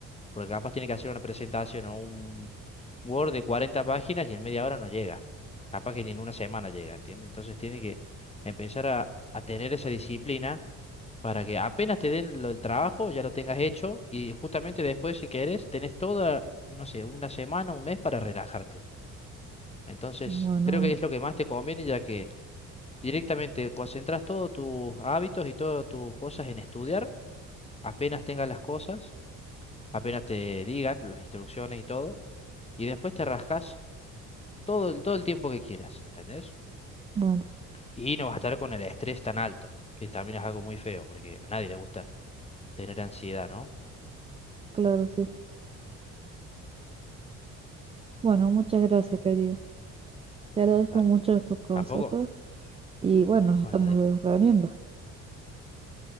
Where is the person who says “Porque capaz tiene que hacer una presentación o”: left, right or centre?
Left